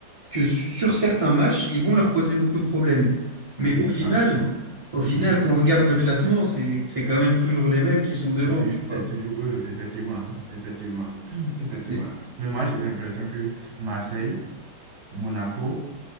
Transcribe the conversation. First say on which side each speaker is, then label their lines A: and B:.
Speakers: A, on the right (about 35°); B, on the right (about 55°).
A: que su- sur certains matchs, ils vont leur poser
B: <laughs>
A: beaucoup de problèmes. Mais
B: Oui,
A: au
B: mais
A: final,
B: dans la langue.
A: au
B: Mhm.
A: final, quand on regarde le classement, c'est c'est quand même toujours les mêmes qui sont devant.
B: C'est tou-
A: tu
B: c'est
A: vois.
B: toujours eux, effectivement. Effectivement. <clears throat> Effectivement.
A: Les-
B: Mais moi, j'ai l'impression que Marseille, Monaco,